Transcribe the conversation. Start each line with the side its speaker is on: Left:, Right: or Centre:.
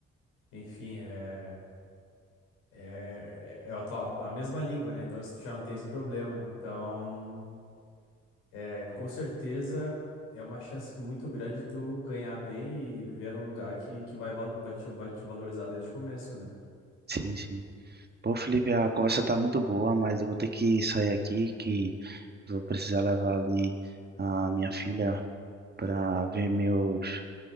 Left: enfim, é, é, é a, tua- a mesma língua, né? Então isso já não tem esse problema. Então É, com certeza é uma chance muito grande tu ganhar bem e viver num lugar que, que vai, valo- vai te, vai te valorizar desde o começo, né?
Right: Sim, sim. Pô, Felipe, a conversa tá muito boa, mas eu vou ter que sair aqui, que vou precisar levar ali a minha filha para ver meus,